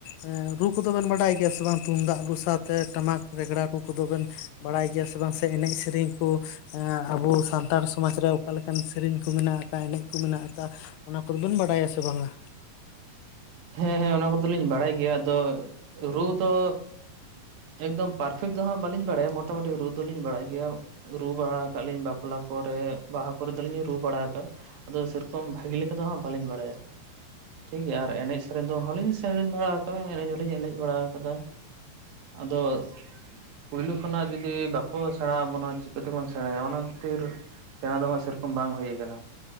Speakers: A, on the left; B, on the right.
A: ᱮᱸ ᱨᱩ ᱠᱚᱫᱚᱵᱮᱱ ᱵᱟᱰᱟᱭ ᱜᱮᱭᱟ ᱥᱮ ᱵᱟᱝ ᱛᱩᱢᱫᱟᱜ ᱨᱩ ᱥᱟᱶᱛᱮ ᱴᱟᱢᱟᱠ ᱨᱮᱜᱽᱲᱟ ᱨᱩ ᱠᱚᱫᱚᱵᱮᱱ ᱵᱟᱲᱟᱭ ᱜᱮᱭᱟ ᱥᱮ ᱵᱟᱝ ᱥᱮ ᱮᱱᱮᱡ ᱥᱮᱨᱮᱧ ᱠᱚ ᱮᱸ ᱟᱵᱚ ᱥᱟᱱᱛᱟᱲ ᱥᱚᱢᱟᱡᱽ ᱨᱮ ᱚᱠᱟ ᱞᱮᱠᱟᱱ ᱥᱮᱨᱮᱧ ᱠᱚ ᱢᱮᱱᱟᱜ ᱟᱠᱟᱜᱼᱟ, ᱮᱱᱮᱡ ᱠᱚ ᱢᱮᱱᱟᱜ ᱠᱚ ᱢᱮᱱᱟᱜ ᱟᱠᱟᱜᱼᱟ ᱾ ᱚᱱᱟ ᱠᱚᱫᱚᱵᱮᱱ ᱵᱟᱰᱟᱭᱟ ᱥᱮ ᱵᱟᱝᱟ?
B: ᱦᱮᱸ ᱦᱮᱸ, ᱚᱱᱟ ᱠᱚᱫᱚᱞᱤᱧ ᱵᱟᱲᱟᱭ ᱜᱮᱭᱟ ᱟᱫᱚ ᱨᱩ ᱫᱚ ᱮᱠᱫᱚᱢ ᱯᱟᱨᱯᱷᱮᱠᱴ ᱫᱚ ᱦᱟᱸᱜ ᱵᱟᱹᱞᱤᱧ ᱵᱟᱲᱟᱭᱟ ᱢᱚᱴᱟᱢᱩᱴᱤ ᱨᱩ ᱫᱚᱞᱤᱧ ᱵᱟᱲᱟᱭ ᱜᱮᱭᱟ, ᱨᱩ ᱵᱟᱲᱟ ᱟᱠᱟᱜᱼᱟ ᱞᱤᱧ ᱵᱟᱯᱞᱟ ᱠᱚᱨᱮ, ᱵᱟᱦᱟ ᱠᱚᱨᱮ ᱫᱚᱞᱤᱧ ᱨᱩ ᱵᱟᱲᱟ ᱟᱠᱟᱜᱼᱟ ᱾ ᱟᱫᱚ ᱥᱮᱨᱚᱠᱚᱢ ᱵᱷᱟᱜᱮ ᱞᱮᱠᱟ ᱫᱚ ᱦᱟᱸᱜ ᱵᱟᱹᱞᱤᱧ ᱵᱟᱲᱟᱭᱟ ᱾ ᱴᱷᱤᱠ ᱜᱮᱭᱟ ᱟᱨ ᱮᱱᱮᱡ ᱥᱮᱨᱮᱧ ᱫᱚ ᱦᱚᱸᱞᱤᱧ ᱥᱮᱨᱮᱧ ᱵᱟᱲᱟ ᱟᱠᱟᱜᱼᱟ, ᱮᱱᱮᱡ ᱦᱚᱸᱞᱤᱧ ᱮᱱᱮᱡ ᱵᱟᱲᱟ ᱟᱠᱟᱫᱟ ᱾ ᱟᱫᱚ ᱯᱩᱭᱞᱩ ᱠᱷᱚᱱᱟᱜ ᱡᱩᱫᱤ ᱵᱟᱠᱚ ᱥᱮᱸᱲᱟ ᱟᱵᱚᱱᱟ ᱪᱤᱠᱟᱹ ᱛᱮᱵᱚᱱ ᱥᱮᱸᱲᱟᱭᱟ ᱚᱱᱟ ᱠᱷᱟᱹᱛᱤᱨ ᱪᱮᱬᱮ ᱫᱚ ᱦᱟᱸᱜ ᱥᱮᱨᱚᱠᱚᱢ ᱵᱟᱝ ᱦᱩᱭ ᱟᱠᱟᱱᱟ ᱾